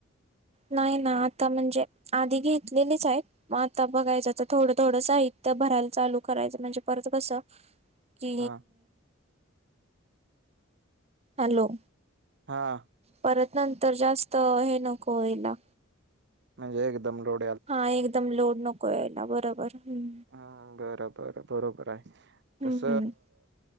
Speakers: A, on the right; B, on the right.
A: नाही ना आता म्हणजे आधी घेतलेलीच आहेत. ग आता बघायच तर थोडं थोडं साहित्य भरायला चालू करायचं म्हणजे परत कस. क
B: हां.
A: हॅलो.
B: हा.
A: परत नंतर जास्त हे नको याला.
B: म्हणजे एकदमडो.
A: हा एकदम लोड नकोला बरोबर हम.
B: ह बरबर बरोबर आहे तस.
A: हम्म.